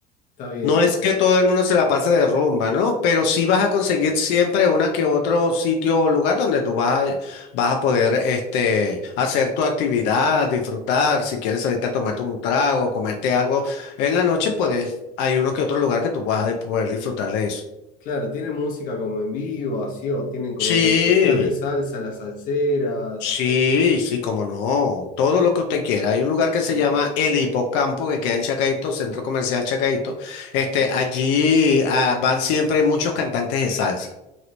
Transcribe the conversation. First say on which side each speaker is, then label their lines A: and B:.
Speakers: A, on the left; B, on the left.
A: Está bien.
B: No es que todo el mundo se la pase de rumba, ¿no? Pero sí vas a conseguir
A: no,
B: siempre una que otro sitio o lugar donde tú vas a, vas a poder este, hacer tu actividad, disfrutar. Si quieres salirte a tomarte un trago, comerte algo en la noche,
A: Claro.
B: puedes, hay uno que otro lugar que tú vas a poder disfrutar de eso.
A: Claro, tienen música como en vivo, así, o tienen como
B: Sí,
A: de- decías de salsa, las salseras.
B: sí, sí, como no. Todo lo que usted quiera. Hay un lugar que se
A: Mm,
B: llama El Hipocampo, que queda en Chacaito, Centro Comercial Chacaito. Este,
A: sí,
B: allí ah, van siempre muchos cantantes de salsa.